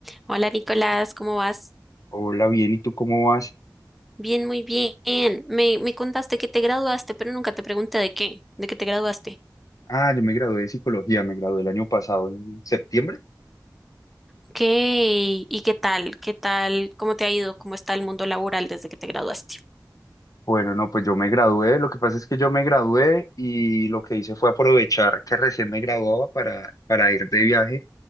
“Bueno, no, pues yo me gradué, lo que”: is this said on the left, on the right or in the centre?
Left